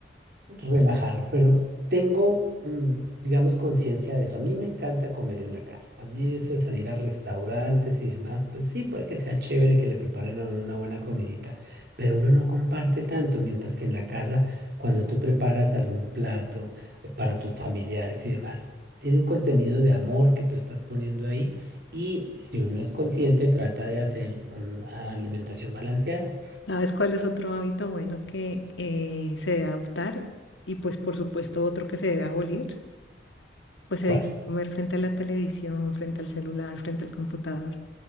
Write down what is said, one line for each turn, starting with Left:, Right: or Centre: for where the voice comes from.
Right: relajar, pero tengo, mm, digamos, conciencia de eso. A mí me encanta comer en la casa. A mí eso de salir a restaurantes y demás, pues sí, puede que sea chévere que le preparen a uno una buena comidita, pero uno no comparte tanto, mientras que en la casa, cuando tú preparas algún plato eh, para tus familiares y demás, tiene un contenido de amor que tú estás poniendo ahí. Y si uno es consciente, trata de hacer una alimentación balanceada.
Left: ¿Sabes cuál es otro hábito bueno que eh, se debe adoptar? Y pues por supuesto otro que se debe abolir. Pues
Right: ¿Cuál?
Left: evitar comer frente a la televisión, frente al celular, frente al computador.